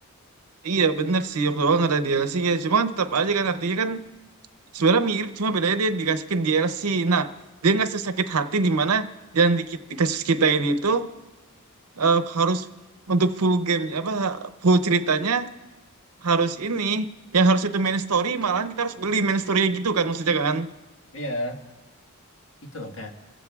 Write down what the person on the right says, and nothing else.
iya bener sih waktu awal ada DLC-nya cuma kan tetap aja kan artinya kan sebenarnya mirip cuma bedanya dia dikasih ke DLC nah dia nggak sesakit hati di mana yang di, di kasus kita ini itu eh, harus untuk full game apa full ceritanya harus ini yang harus itu main story malahan kita harus beli main story gitu kan maksudnya kan